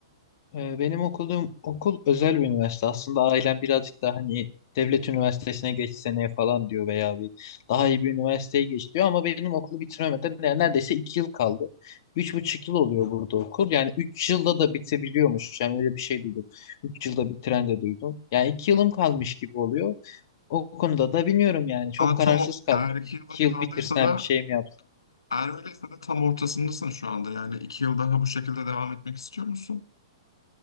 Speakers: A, on the left; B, on the left.
A: Ee, Benim okuduğum okul özel bir üniversite. Aslında ailem birazcık daha hani devlet üniversitesine geç seneye falan diyor veya bir daha iyi bir üniversiteye geç diyor ama benim okulu bitiremeden yani neredeyse iki yıl kaldı. Üç buçuk yıl oluyor burada okul. Yani üç yılda da bitebiliyormuş. Yani öyle bir şey duydum. Üç yılda bitiren de duydum. Yani iki
B: Hı.
A: yılım kalmış gibi oluyor. O konuda da bilmiyorum yani. Çok
B: Ama
A: kararsız
B: tam o,
A: kaldım.
B: eğer iki
A: Şimdi
B: yılın
A: iki
B: kaldıysa
A: yıl bitirsem
B: da
A: bir şey mi yapsam?
B: eğer öyleyse de tam ortasındasın şu anda. Yani iki yıl daha bu şekilde devam etmek istiyor musun?